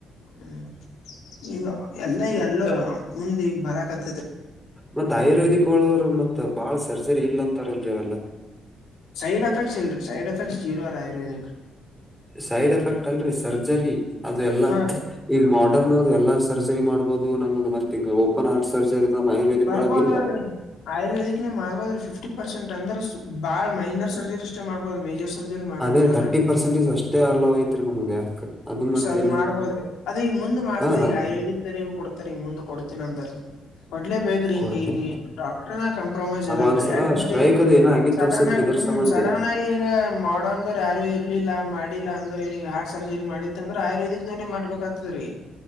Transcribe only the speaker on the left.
ಹ್ಮ ಈಗ ಎಲ್ಲ ಈಗ ಎಲ್ಲೋ ಮುಂದ ಈಗ ಬರಕತ್ತ
ಸೈಡ್ ಎಫೆಕ್ಟ್ಸ್ ಇಲ್ರರಿ ಸೈಡ್ ಎಫೆಕ್ಟ್ಸ್ ಜೀರೋರ ಆಯುರ್ವೇದಕ್
ಹಾ ರೀ
ಬರ್ಬೋದ್ರೀ
ಆಯುರ್ವೇದಿಕ್ ನೀ ಮಾರ್ಬೋದ್ರೀ ಫಿಫ್ಟಿ ಪರ್ಸೆಂಟ್ ಅಂದ್ರ ಬಾಳ್ ಮೈನಸ್ ಸರ್ಜರಿ ಸಿಸ್ಟಮ್ ಮಾಡ್ಬೋುದು ಮೇಜರ್ ಸರ್ಜರಿ ಮಾಡ
ಬರಲ್
ಲ್ರೀ
ಅದು
ಮಾಡ್ಬೋದ್ರ ಅದ ಈಗ ಮುಂದ್ ಮಾಡ್ತಾರೆ
ಈಗ ಆಯುರ್ವೇದಿಕ್ ದೂ ಕೊಡ್ತಾರೆ ಈ ಮುಂದ್ ಕೊಡ್ತೀನ ಅಂದ್ರ ಇಡ್ಲೇ ಬೇಕ್ರಿ
ಹಂಗ ಡಾಕ್ಟ್ರನ ಕಂಪ್ರಮೈಸ್ ಇರಲ್ರರಿ
ಯಾಕಂದ್ರಿ
ಸಡನ್
ಆಗಿ
ಹ್ಮ್
ಸಡನ್ ಆಗಿ ಈಗ ಮಾಡಂದರು ಯಾರು ಇ ಇಲಿಲ್ಲ ಮಾಡಿಲ್ಲ ಅಂದ್ರ ಹಾರ್ ಸರ್ಜರಿ ಮಾಡಿತ್ತ ಅಂದ್ರ ಆಯುರ್ವದಿಕ್ ಧವನಿ ಮಾಡ್ಬೇಕಕ್ತದ ರೀ